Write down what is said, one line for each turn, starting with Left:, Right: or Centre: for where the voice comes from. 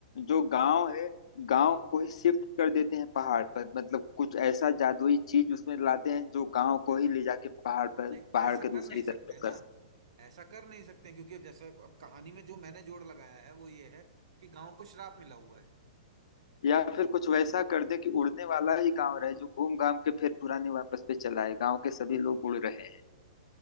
Left: जो गांव है गांव
Right: हाँ
Left: को ही शिफ्ट कर देते हैं पहाड़ पर मतलब कुछ ऐसा जादुई चीज उसमें लाते हैं जो गांव को ही ले जाके पहाड़ पर
Right: नहीं
Left: पहाड़
Right: ऐसा
Left: के दूसरी
Right: कर नहीं सकते
Left: तरफ
Right: ना
Left: कर सकते।
Right: ऐसा कर नहीं सकते क्योंकि अब जैसे अब कहानी में जो मैंने जोड़ लगाया है वो ये है कि गांव को श्राप मिला हुआ है
Left: या फिर कुछ वैसा कर दे कि उड़ने वाला ही गांव रहे जो घूम घाम के फिर पुरानी वापस पे चला है गांव के सभी लोग उड़ रहे हैं